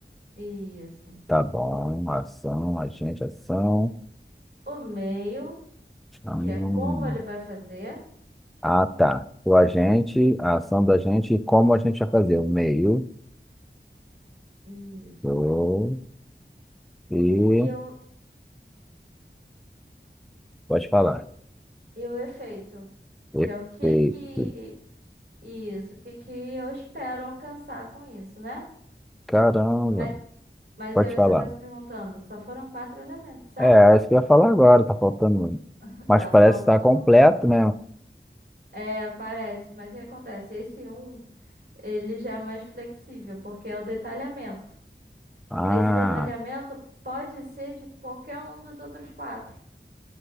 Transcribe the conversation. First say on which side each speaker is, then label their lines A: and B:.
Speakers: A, on the right; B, in the centre.
A: Isso.
B: Tá bom. Ação, agente, ação.
A: O meio,
B: Hum.
A: que é como ele vai fazer.
B: Ah, tá. O agente, a ação do agente e como a gente vai fazer? O meio.
A: Isso.
B: o- E
A: E o,
B: pode falar.
A: e o efeito, que
B: Efeito.
A: é o que que. Isso, o que que eu espero alcançar com isso, né?
B: Caramba.
A: Mas, mas
B: Pode
A: aí
B: falar.
A: você está se perguntando, só foram quatro elementos, certo?
B: É, é isso que eu ia falar agora, tá faltando. muito.
A: <laughs>
B: Mas
A: Tá
B: parece
A: faltando
B: estar completo,
A: um.
B: né?
A: É, parece, mas o que acontece? Esse um. ele já é mais flexível, porque é o detalhamento.
B: Ah.
A: Esse detalhamento pode ser de qualquer um dos outros quatro,